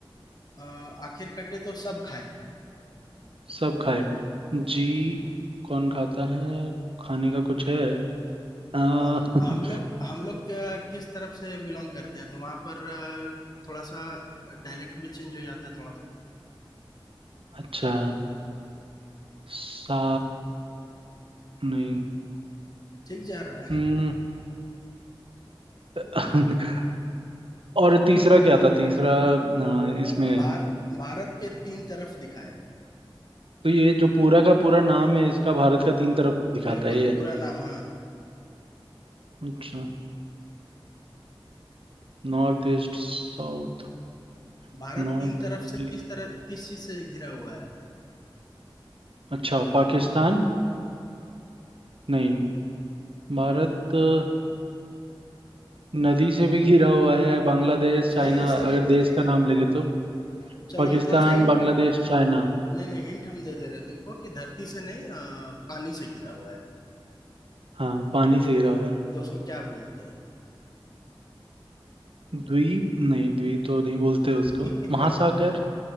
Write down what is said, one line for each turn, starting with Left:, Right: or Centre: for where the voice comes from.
Left: अ, आखिर कटे तो सब खाए
Right: सब खाए जी कौन खाता है खाने का कुछ है आ,
Left: अ,
Right: <laughs>
Left: हम लोग हम लोग अ, किस तरफ से बिलोंग करते हैं तो वहां पर अ, थोड़ा सा डायलेक्ट भी चेंज हो जाता है थोड़ा सा
Right: अच्छा सा नहीं
Left: ठीक जा रहा है
Right: हम्म, <laughs> और तीसरा क्या था तीसरा आ, इसमें
Left: भार भारत के तीन तरफ दिखाए
Right: तो ये जो पूरा का पूरा नाम है इसका भारत का तीन तरफ दिखाता
Left: बिल्कुल
Right: है ये
Left: पूरा नाम हाँ
Right: अच्छा north east south
Left: भारत
Right: North
Left: तीन तरफ से किस
Right: East.
Left: तरह किस चीज से घिरा हुआ है
Right: अच्छा पाकिस्तान नहीं नहीं। भारत अ, नदी से भी घिरा हुआ है बांग्लादेश
Left: सही
Right: चाइना
Left: है सही
Right: अगर
Left: है
Right: देश
Left: सही
Right: का
Left: है
Right: नाम लेंगे तो
Left: चलो
Right: पाकिस्तान
Left: हम थोड़ा सा हिंट
Right: बांग्लादेश चाइना
Left: नहीं नहीं हिंट हम दे दे रहे हैं तुमको कि धरती से नहीं आ, पानी से घिरा हुआ है
Right: हाँ पानी
Left: तो उसको
Right: से घिरा हुआ है
Left: तो उसको क्या बोलते
Right: द्वीप नहीं द्वीप तो नहीं बोलते उसको
Left: हैं
Right: महासागर